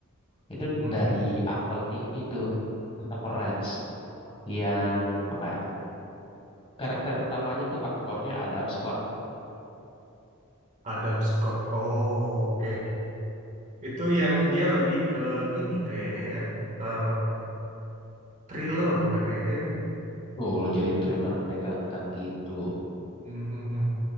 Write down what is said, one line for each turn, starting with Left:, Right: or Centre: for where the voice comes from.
Left: Itu dari
Right: hmm.
Left: Apple TV tuh, Severance. Yang apa ya, karakter utamanya tuh aktornya Adam Scott.
Right: Adam Scott. Oh, oke. Itu yang dia lebih ke ini kayaknya ya. eh, thriller bukannya itu ya?
Left: Tuh, jadi thriller menegangkan gitu.
Right: Mhm.